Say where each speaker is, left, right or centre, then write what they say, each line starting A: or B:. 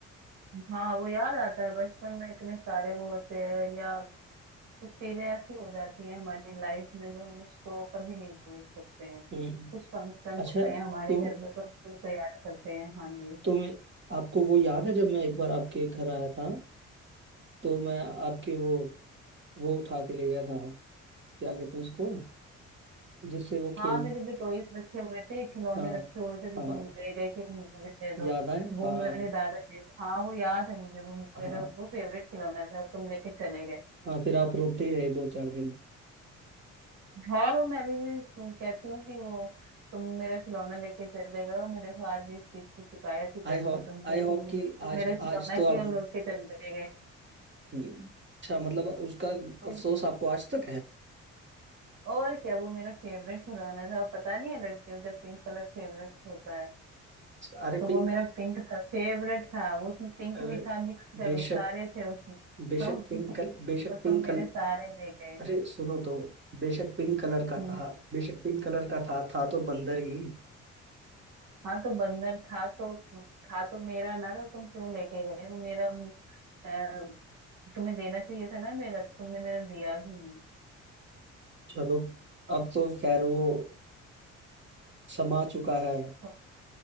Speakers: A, on the right; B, on the right.
A: हाँ वो याद आता है बचपन में इतने सारे वो होते हैं या कुछ चीजें ऐसी हो जाती हैं हमारी लाइफ में जो हम उसको कभी नहीं भूल सकते हैं
B: हम्म
A: कुछ फंक्शन
B: अच्छा
A: होते हैं हमारे
B: तो
A: घर में तो हम उनको याद करते हैं हाँ जी
B: तुम्हें आपको वो याद है जब मैं एक बार आपके घर आया था तो मैं आपके वो वो उठा के ले गया था क्या कहते हैं उसको जिससे वो खेल
A: हाँ मेरे जो टॉयज रखे हुए थे खिलौने
B: हाँ
A: रखे हुए थे तो
B: हाँ
A: तुम ले गए कि मुझे दे दो
B: याद आए
A: वो
B: हाँ
A: मेरे दादाजी हाँ वो याद है मुझे वो
B: हाँ
A: मेरे वो फेवरेट खिलौना था और तुम लेके चले गए
B: हाँ फिर आप रोते ही रहे दो चार दिन
A: और वो मैं अभी भी सु- कहती हूँ कि वो तुम मेरा खिलौना लेके चले गए हो मैं देखो आज भी इस चीज की शिकायत ही कर
B: आई
A: रही
B: होप
A: हूँ तुमसे
B: आई
A: कि
B: होप कि
A: यार तुम
B: आज
A: मेरा खिलौना
B: आज तो
A: क्यों
B: आप
A: लेके चले गए
B: हम्म, अच्छा मतलब उसका अफसोस
A: क्यों-
B: आपको आज तक है
A: और क्या वो मेरा फेवरेट खिलौना था पता नहीं है लड़कियों का पिंक कलर फेवरेट होता है
B: अरे
A: तो
B: पिंक
A: वो मेरा पिंक था फेवरेट था वो उसमें पिंक
B: अरे
A: भी था मिक्स कर
B: बेशक
A: सारे थे उसमें
B: बेशक
A: तुम
B: पिंक
A: <laughs> तो,
B: कल बेशक
A: तुम
B: पिंक
A: मेरे
B: कल
A: सारे ले गए
B: अरे सुनो तो बेशक पिंक कलर का
A: हम्म,
B: था बेशक पिंक कलर का था था तो बंदर ही
A: हाँ तो बंदर था तो था तो मेरा ना तो तुम क्यों लेके गए तो मेरा अ, तुम्हें देना चाहिए था ना मेरा तो तुमने मेरा दिया भी नहीं
B: चलो अब तो खैर वो समा चुका है
A: तो